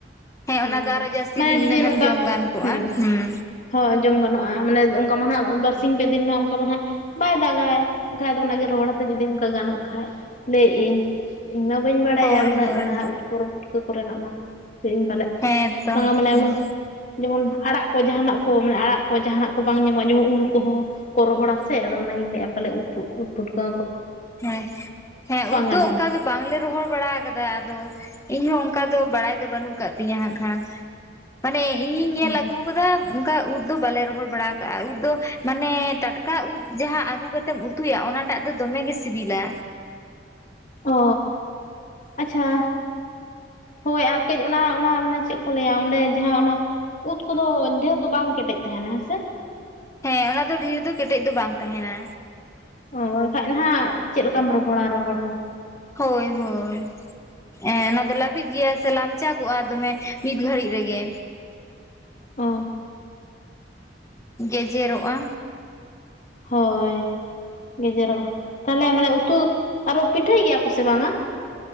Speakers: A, on the left; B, on the left.
A: ᱦᱮᱸ
B: ᱦᱳᱭ
A: ᱚᱱᱟ ᱫᱚ ᱟᱨᱚ ᱡᱟᱹᱥᱛᱤ
B: ᱢᱟᱱᱮ
A: ᱫᱤᱱ
B: ᱡᱩᱫᱤ
A: ᱤᱱᱟᱹᱠᱷᱟᱱ
B: ᱱᱚᱝᱠᱟ
A: ᱡᱚᱢ ᱜᱟᱱ ᱠᱚᱜᱼᱟ
B: ᱦᱮᱸ
A: ᱦᱩᱸ
B: ᱦᱳᱭ ᱡᱚᱢ ᱜᱟᱱᱚᱜᱼᱟ ᱢᱟᱱᱮ ᱚᱱᱠᱟ ᱢᱟ ᱱᱟᱜ ᱵᱟᱨᱥᱤᱧ ᱯᱮ ᱫᱤᱱ ᱢᱟ ᱚᱱᱠᱟ ᱢᱟ ᱱᱟᱜ ᱵᱟᱭ ᱫᱟᱜᱟᱭ ᱮᱱᱠᱷᱟᱡ ᱫᱚ ᱜᱮ ᱨᱚᱦᱚᱲᱛᱮ ᱡᱩᱫᱤ ᱚᱱᱠᱟ ᱜᱟᱱᱚᱜ ᱠᱷᱟᱡ ᱞᱟᱹᱭᱮᱫ ᱤᱧ ᱤᱧᱢᱟ ᱵᱟᱹᱧ ᱵᱟᱲᱟᱭᱟ
A: ᱦᱳᱭ
B: ᱩᱱᱟᱹᱜ
A: ᱦᱳᱭ
B: ᱚᱱᱟ ᱩᱫ ᱠᱚ ᱯᱷᱩᱴᱠᱟᱹ ᱠᱚᱨᱮᱱᱟᱜ ᱢᱟ ᱛᱮ ᱤᱧ ᱯᱟᱞᱮ
A: ᱦᱮᱸ ᱛᱚ
B: ᱵᱟᱝᱟ ᱢᱟᱱᱮ
A: ᱦᱮᱸ
B: ᱡᱮᱢᱚᱱ ᱟᱲᱟᱜ ᱠᱚ ᱡᱟᱦᱟᱱᱟᱜ ᱠᱚ ᱢᱟᱱᱮ ᱟᱲᱟᱜ ᱠᱚ ᱡᱟᱦᱟᱱᱟᱜ ᱠᱚ ᱵᱟᱝ ᱧᱟᱢᱚᱜᱼᱟ ᱡᱮᱢᱚᱱ ᱩᱞ ᱠᱚᱦᱚᱸ ᱠᱚ ᱨᱚᱦᱚᱲ ᱥᱮ ᱟᱫᱚ ᱤᱧ ᱞᱟᱹᱭᱮᱫᱼᱟ ᱯᱟᱞᱮᱱ ᱩᱫ ᱯᱷᱩᱴᱠᱟᱹ
A: ᱦᱮᱸ ᱦᱮᱸ ᱩᱫ ᱫᱚ
B: ᱜᱟᱱᱚᱜᱼᱟ
A: ᱚᱱᱠᱟ ᱵᱟᱝᱞᱮ ᱨᱚᱦᱚᱲ ᱵᱟᱲᱟ ᱟᱠᱟᱫᱟ ᱟᱫᱚ ᱤᱧᱦᱚᱸ ᱚᱱᱠᱟ ᱫᱚ ᱵᱟᱲᱟᱭ ᱫᱚ ᱵᱟᱹᱱᱩᱜ ᱟᱠᱟᱫ ᱛᱤᱧᱟᱹ ᱦᱟᱸᱜ ᱠᱷᱟᱱ ᱢᱟᱱᱮ ᱤᱧᱤᱧ ᱧᱮᱞ
B: ᱦᱮᱸ
A: ᱟᱹᱜᱩᱣ ᱟᱠᱟᱫᱟ ᱚᱱᱠᱟ ᱩᱫ ᱫᱚ ᱵᱟᱞᱮ ᱨᱚᱦᱚᱲ ᱵᱟᱲᱟ ᱟᱠᱟᱼᱟ ᱩᱫ ᱫᱚ ᱢᱟᱱᱮ ᱴᱟᱴᱠᱟ ᱩᱫ ᱡᱟᱦᱟᱸ ᱟᱹᱜᱩ ᱠᱟᱛᱮᱢ ᱩᱛᱩᱭᱟ ᱚᱱᱟᱴᱟᱜ ᱫᱚ ᱫᱚᱢᱮ ᱜᱮ ᱥᱤᱵᱤᱞᱟ
B: ᱚᱻ ᱟᱪᱪᱷᱟ ᱦᱳᱭ ᱟᱨ ᱠᱟᱹᱡ ᱚᱱᱟ ᱚᱱᱟ ᱢᱟᱱᱮ ᱪᱮᱫ ᱠᱚ ᱞᱟᱹᱭᱟ ᱚᱸᱰᱮ ᱡᱟᱦᱟᱸ ᱚᱱᱟ ᱩᱫ ᱠᱚᱫᱚ ᱰᱷᱮᱨ ᱫᱚ ᱵᱟᱝ ᱠᱮᱴᱮᱡ ᱛᱟᱦᱮᱱᱟ ᱦᱮᱸ ᱥᱮ
A: ᱦᱮᱸ ᱚᱱᱟ ᱫᱚ ᱰᱷᱮᱨ ᱫᱚ ᱠᱮᱴᱮᱡ ᱫᱚ ᱵᱟᱝ ᱛᱟᱦᱮᱱᱟ
B: ᱚ ᱮᱱᱠᱷᱟᱡ ᱱᱟᱱᱟᱜ ᱪᱮᱫ ᱞᱮᱠᱟᱢ ᱨᱚᱦᱚᱲᱟ ᱨᱚᱦᱚᱲ ᱦᱚᱸ
A: ᱦᱳᱭ ᱦᱳᱭ ᱮᱻ ᱚᱱᱟ ᱫᱚ ᱞᱟᱹᱵᱤᱫ ᱜᱮᱭᱟ ᱥᱮ ᱞᱟᱢᱪᱟᱜᱚᱜᱼᱟ ᱫᱚᱢᱮ ᱢᱤᱫ ᱜᱷᱟᱹᱲᱤᱡ ᱨᱮᱜᱮ
B: ᱚ
A: ᱜᱮᱡᱮᱨᱚᱜᱼᱟ
B: ᱦᱳᱭ ᱜᱮᱡᱮᱨᱚᱜᱼᱟ ᱛᱟᱦᱞᱮ ᱢᱟᱱᱮ ᱩᱛᱩ ᱟᱨᱚ ᱯᱤᱴᱷᱟᱹᱭ ᱜᱮᱭᱟ ᱠᱚ ᱥᱮ ᱵᱟᱝᱼᱟ <inaudible>